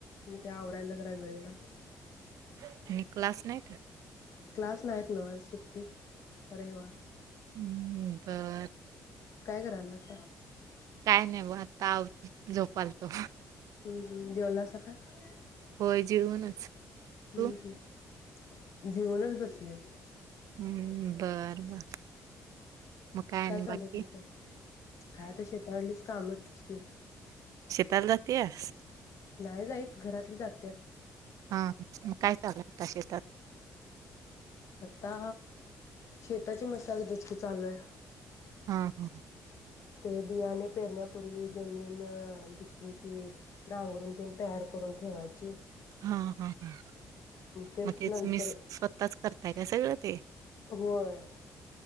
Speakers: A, on the left; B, on the right.
A: ते आवरायला जरा वेळ लागतो तुझ्या <unintelligible>
B: <inaudible> नी क्लास नाही का?
A: क्लास नाहीत ना, आज सुट्टी रविवार.
B: हम्म बरं
A: काय करायलास?
B: काय नाही? बघ आत्ता आवरून झोपालतो.
A: हम्म हम्म जेवलास का? <unintelligible>
B: होय जेऊनच
A: हम्म
B: तू
A: हम्म <unintelligible> जेऊनच बसले
B: हम् बर बर मग आणि
A: काय चालयं
B: बाकी
A: तुमच काय ते शेतावरलीच कामं. स्किल
B: शेताला जातीयास?
A: नाही जाईत घरातली जात्यात
B: हा हा. <unintelligible> आता शेतात
A: आता शेताची मशागत चालू हाय.
B: हा
A: ते बियाणे पेरण्यापूर्वी जमीन भुसभुशी नांगरून तेन तयार करून ठेवायची.
B: हा हा हा
A: ते
B: मग तेच
A: नंतर
B: मी स्वतःच करतेय हे सगळं ते
A: होय